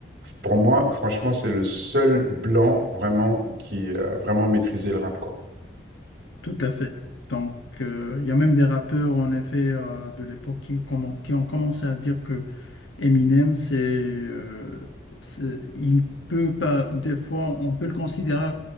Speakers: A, on the right; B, on the left.
A: pour moi, franchement, c'est le seul blanc vraiment qui a vraiment maîtrisé le rap, quoi.
B: Tout à fait. Donc, euh, il y a même des rappeurs, en effet, euh, de l'époque qui, commen- qui ont commencé à dire que Eminem, c'est, euh, c'est- il peut pas, des fois, on peut le considérer